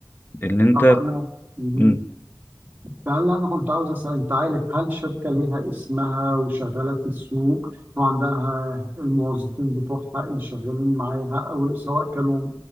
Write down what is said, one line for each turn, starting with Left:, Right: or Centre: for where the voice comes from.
Left: ان انت
Right: طب انا مهم.
Left: مم.
Right: فهلا انا كنت عاوز اسال انت عارف هل شركة ليها اسمها وشغالة في السوق وعندها الموظفين بتوعها اللي شغالين معاها او سواء كانوا